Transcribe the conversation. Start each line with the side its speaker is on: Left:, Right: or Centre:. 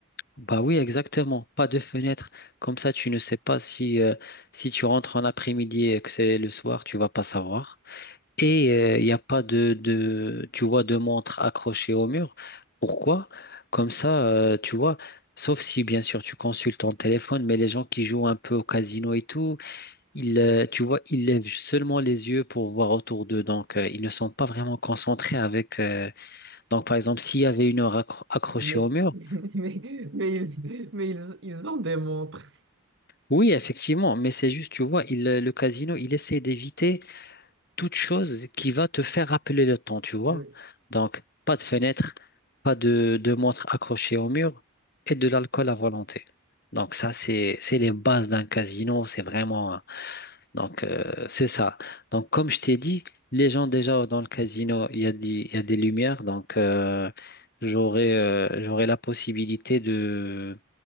Left: Bah oui, exactement. Pas de fenêtre. Comme ça, tu ne sais pas si, euh, si tu rentres en après-midi et que c'est le soir, tu vas pas savoir. Et il n'y a pas de, de, tu vois, de montre accrochée au mur. Pourquoi? Comme ça, euh, tu vois, sauf si, bien sûr, tu consultes ton téléphone, mais les gens qui jouent un peu au casino et tout, ils, euh, tu vois, ils lèvent seulement les yeux pour voir autour d'eux. Donc, euh, ils ne sont pas vraiment concentrés avec... euh, Donc, par exemple, s'il y avait une heure accro- accrochée
Right: Mais,
Left: au mur,
Right: <laughs> mais, mais, ils, mais ils, ils en démontrent.
Left: Oui, effectivement, mais c'est juste, tu vois, il, euh, le casino, il essaie d'éviter toute chose qui va te faire rappeler le temps, tu vois.
Right: Oui.
Left: Donc, pas de fenêtre, pas de, de montre accrochée au mur et de l'alcool à volonté. Donc, ça, c'est, c'est les bases d'un casino, c'est vraiment. hein. Donc, euh, c'est ça. Donc, comme je t'ai dit, les gens déjà dans le casino, il y a des, il y a des lumières, donc euh, j'aurai euh, j'aurai la possibilité de